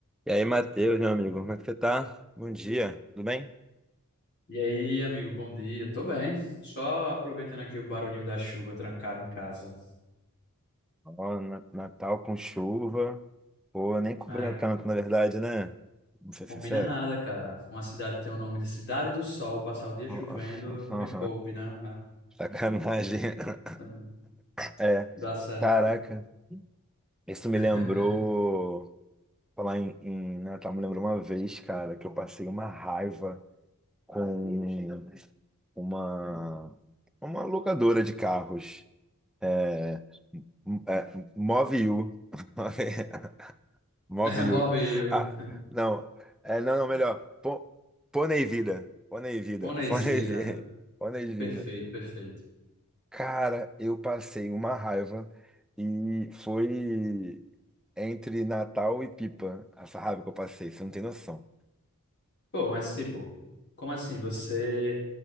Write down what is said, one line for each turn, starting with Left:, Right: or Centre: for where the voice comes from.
Centre: E aí, Matheus, meu amigo, como é que você tá? Bom dia, tudo bem?
Left: E aí, amigo, bom dia. Tô bem. Só aproveitando aqui o barulhinho da chuva trancado em casa.
Centre: Ó, na- Natal com chuva. Pô, nem cobriu
Left: Ai,
Centre: tanto, na verdade, né? Vou ser
Left: combina
Centre: sincero.
Left: nada, cara. Uma cidade que tem o nome de Cidade do Sol, passar o dia
Centre: Ó,
Left: chovendo,
Centre: <laughs>
Left: me poupe, né?
Centre: Sacanagem.
Left: É,
Centre: É,
Left: dá certo.
Centre: caraca. Isso me
Left: <laughs>
Centre: lembrou. Falar em, em Natal, me lembrou uma vez, cara, que eu passei uma raiva com uma, uma locadora de carros. É, m- é, Move You. <laughs> Móvel.
Left: Move aí. o-
Centre: Ah, não. É, não, não, melhor. Po- Pônei vida. Pônei vida.
Left: Ponesida.
Centre: <laughs> Pônei vida. Pônei vida.
Left: Perfeito, perfeito.
Centre: Cara, eu passei uma raiva e foi entre Natal e Pipa essa raiva que eu passei, você não tem noção.
Left: Pô, mas tipo, como assim? Você